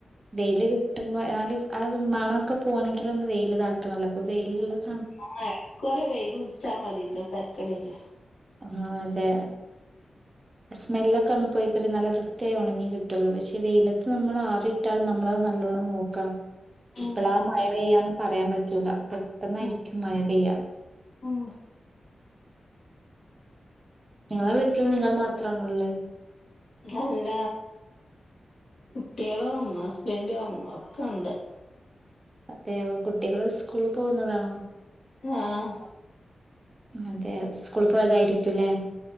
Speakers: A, on the right (about 25°); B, on the left (about 75°).
A: വെയില് കിട്ടുമ്പോ ആ ഒരു മണൊക്കെ പോവണെങ്കിൽ ഒന്ന് വെയില് ഇതാക്കണല്ലോ അപ്പൊ വെയിലുള്ള സമ
B: ആ എടക്കൊരു വെയിലുദിച്ചാ മതി ഇന്ന് തരക്കേടില്ല
A: ആ അതെ സ്മെല്ലൊക്കെ ഒന്ന് പോയിക്കിട്ടി നല്ല വൃത്തിയായി ഉണങ്ങി കിട്ടുള്ളൂ പക്ഷെ വെയിലത്ത് നമ്മൾ ആറിട്ടാലും നമ്മള നല്ലോണം നോക്കണം
B: ഉം
A: എപ്പളാ മഴ പെയ്യാന്ന് പറയാൻ പറ്റൂല പെട്ടെന്നായിരിക്കും
B: ഉം
A: മയ പെയ്യാ
B: ഉം
A: നിങ്ങളെ വീട്ടിൽ നിങ്ങൾ മാത്രണോ ഉള്ളത്
B: അല്ല കുട്ടിആളും ഹസ്ബൻഡും ഒക്കെ ഉണ്ട്
A: അതെ കുട്ടികള് സ്കൂളിൽ പോകുന്നതാണോ
B: ആഹ്
A: അതെ സ്കൂൾ പോയതായിരിക്കുംല്ലേ